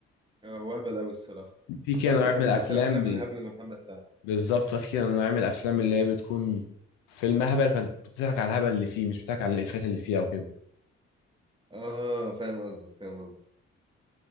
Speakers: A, on the right (about 15°); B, on the left (about 85°).
A: اه هو اهبل قوي الصراحه
B: في كده
A: ده اكتر
B: نوع من
A: من
B: الافلام
A: اكتر الافلام الهبله لمحمد سعد
B: بالظبط في كده نوع من الافلام اللي هي بتكون فيلم هبل فانت بتضحك على الهبل اللي فيه مش بتضحك على الافيهات اللي فيه او كده
A: اه فاهم قصدك فاهم قصدك